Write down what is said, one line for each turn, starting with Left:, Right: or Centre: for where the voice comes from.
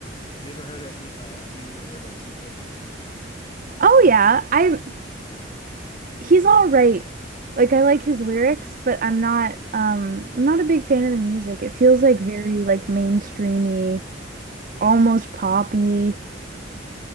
Left: Have you ever heard of yeah, uh, have you heard of Sleep Token?
Right: Oh yeah, I he's all right. Like I like his lyrics, but I'm not um I'm not a big fan of the music. It feels like
Left: All
Right: very
Left: right.
Right: like mainstreamy, almost poppy.